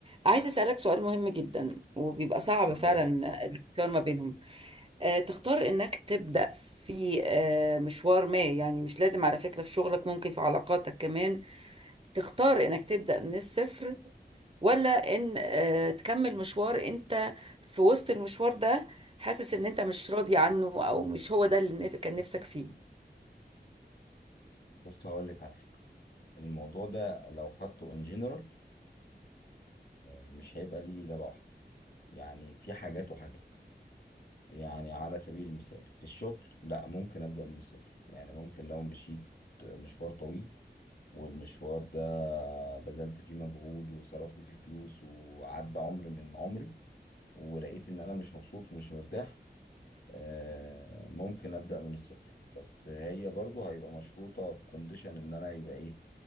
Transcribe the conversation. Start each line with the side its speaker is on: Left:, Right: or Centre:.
Right: عايزة أسألك سؤال مهم جدا وبيبقى صعب
Left: اتفضل
Right: فعلا الاختيار ما بينهم آه، تختار إنك تبدأ في آه، مشوار ما يعني مش لازم على فكرة في شغلك ممكن في علاقاتك كمان تختار إنك تبدأ من الصفر ولا إن آه، تكمل مشوار أنت في وسط المشوار ده حاسس إن أنت مش راضي عنه أو مش هو ده اللي نف- كان نفسك فيه
Left: بص هقول لك على حاجه الموضوع ده لو خدته ان جنرال مش هيبقى ليه اجابه واحده يعني في حاجات وحاجات يعني على سبيل المثال في الشغل لا ممكن ابدا من الصفر يعني ممكن لو مشيت مشوار طويل والمشوار ده بذلت فيه مجهود وصرفت فيه فلوس وعدى عمر من عمري ولقيت ان انا مش مبسوط ومش مرتاح آه، ممكن ابدا من الصفر بس هي برضو هيبقى مشروطه بكونديشن ان انا يبقى ايه